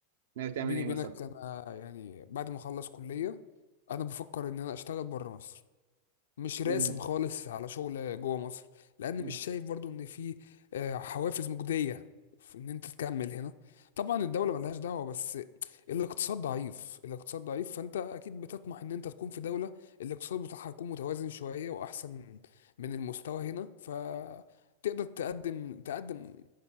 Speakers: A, on the right; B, on the left.
A: ناوي تعمل
B: بيني
A: ايه
B: وبينك
A: مثلا
B: انا يعني بعد ما اخلص كلية انا بفكر ان انا اشتغل بره مصر مش راسم
A: مم.
B: خالص على شغل جوه مصر لان
A: مم.
B: مش شايف برضو ان في آه، حوافز مجدية في ان انت تكمل هنا طبعا الدولة ملهاش دعوة بس الاقتصاد ضعيف الاقتصاد ضعيف فانت اكيد بتطمح ان انت تكون في دولة الاقتصاد بتاعها يكون متوازن شوية واحسن من المستوى هنا فتقدر تقدم تقدم